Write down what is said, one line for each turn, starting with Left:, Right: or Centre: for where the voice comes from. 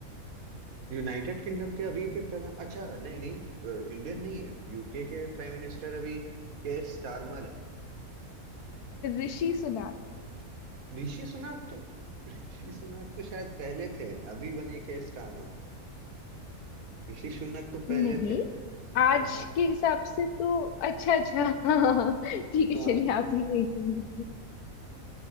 Right: यूनाइटेड किंगडम के अभी के प्रधान अच्छा नहीं नहीं इंडियन नहीं है यूके के प्राइम मिनिस्टर अभी केयर स्टारमर है
Left: ऋषि सुनक
Right: ऋषि सुनक तो ऋषि सुनक तो शायद पहले थे अभी बने केयर स्टारमर ऋषि सुनक तो पहले
Left: नहीं
Right: थे हाँ
Left: आज
Right: हाँ
Left: के हिसाब से तो अच्छा अच्छा <laughs> हाँ, ठीक है
Right: हाँ
Left: चलिए आप ही गई होंगी।